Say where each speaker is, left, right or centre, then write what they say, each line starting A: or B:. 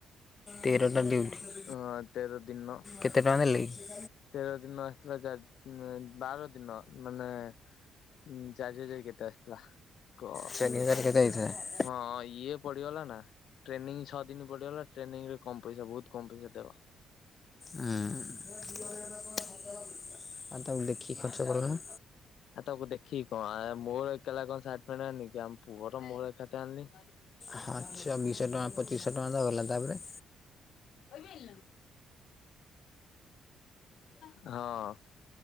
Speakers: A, on the left; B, on the left.
A: ତେରଟା ଡିଉଟି?
B: ହଁ ତେର ଦିନର।
A: କେତେ ଟଙ୍କା ଦେଲେକି?
B: ତେର ଦିନ ଆସଥିଲା ଚାରି ବାର ଦିନ ମାନେ ଉୁଁ ଚାରି ହଜାର କେତେ ଆସିଥିଲା। କ
A: ଚାରି ହଜାରେ କେତେ ଆଇଥିଲା?
B: ହଁ ଇଏ ପଡିଗଲା ନା। ଟ୍ରେନିଂ ଛଅ ଦିନ ପଡିଗଲା ଟ୍ରେନିଂ ରେ କମ୍ ପଇସା ବହୁତ କମ ପଇସା ଦେବା
A: ଉଁ ତାକୁ ଦେଖିକି ଖର୍ଚ୍ଚ କରନା।
B: ଆଉ ତାକୁ ଦେଖିକି କଣ ଆ ମୋର ଏକଲା କଣ ସାର୍ଟ ପେଣ୍ଟ ଆଣିଲିକି ଆମ ପୁଅର ମୋର ଚାଲି
A: ହଁ ଛବିଶହ ଟଙ୍କା ପଚିଶହ ଟଙ୍କା ଦ ଗଲା ତାପରେ
B: ଭିଲ ନା। ହଁ।